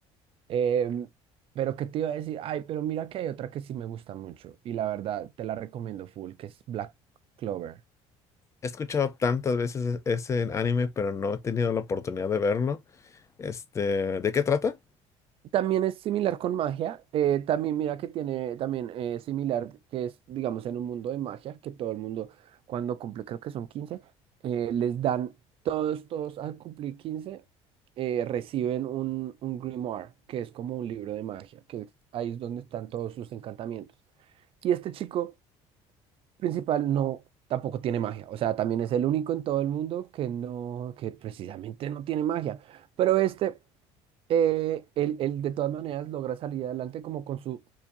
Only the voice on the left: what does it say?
He escuchado tantas veces e- ese anime, pero no he tenido la oportunidad de verlo. Este, ¿de qué trata?